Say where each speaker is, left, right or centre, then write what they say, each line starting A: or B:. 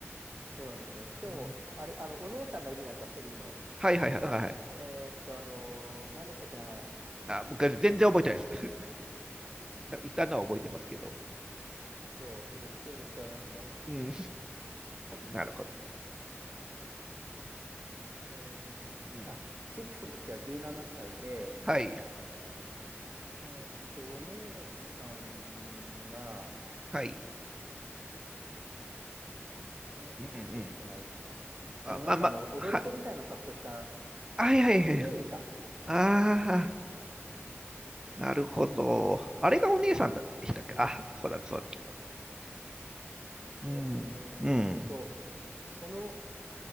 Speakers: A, on the right; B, on the right.
A: そうなんですよ。しかも、
B: うん
A: あれ、あの、お姉さんがいるじゃないですか、テリーの。
B: はいはいはいはいはい。
A: あ、えーっと、あのー、何でしたっけ、名前。
B: あ、昔全然覚えてないです。<laughs> なんかいたのは覚えてますけど。
A: えーっと、何でしょう、今調べますね。
B: うん、なるほど。
A: えー、
B: うん、
A: あ、6の時は17歳で、
B: はい、
A: えーっと、お姉さんが、
B: はい。
A: あれ出てこないか。
B: うんうん。あ、
A: あの、
B: まあまあ、
A: なんかあの、踊り子みたいな格好した、
B: はい、はいはいはい。
A: ミレイユか。
B: ああ、なるほど。あれがお姉さんでしたっけあ、そうだそうだ。うん、
A: で、えーっと、
B: うん。
A: その